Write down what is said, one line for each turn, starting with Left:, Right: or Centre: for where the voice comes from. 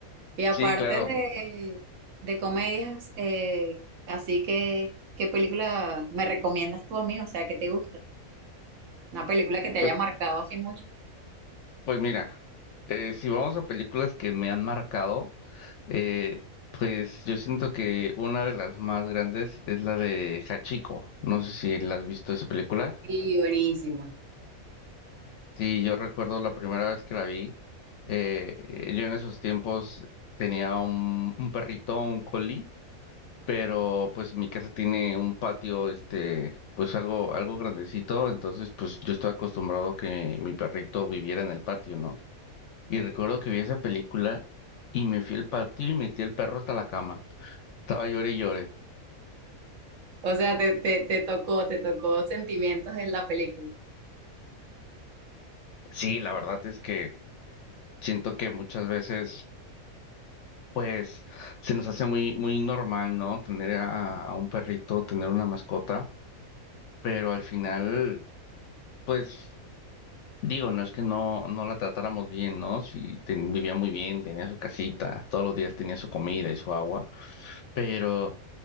Right: Y aparte
Left: Sí, claro.
Right: de, de comedias, eh, así que, ¿qué película me recomiendas tú a mí? O sea, ¿qué te gusta? Una película que te
Left: Pues,
Right: haya marcado así mucho.
Left: pues mira, eh, si vamos a películas que me han marcado. Eh, pues yo siento que una de las más grandes es la de Hachiko. No sé si la has visto esa película.
Right: Y buenísima.
Left: Sí, yo recuerdo la primera vez que la vi. eh, yo en esos tiempos tenía un, un perrito, un collie, pero pues mi casa tiene un patio, este, pues algo, algo grandecito. Entonces, pues yo estaba acostumbrado a que mi perrito viviera en el patio, ¿no? Y recuerdo que vi esa película y me fui al patio y metí el perro hasta la cama. Estaba llore y llore.
Right: O sea, te, te, te tocó, te tocó sentimientos en la película.
Left: Sí, la verdad es que siento que muchas veces, pues, se nos hace muy, muy normal, ¿no? Tener a, a un perrito, tener una mascota, pero al final, pues, digo, no es que no, no la tratáramos bien, ¿no? Si vivía muy bien, tenía su casita, todos los días tenía su comida y su agua, pero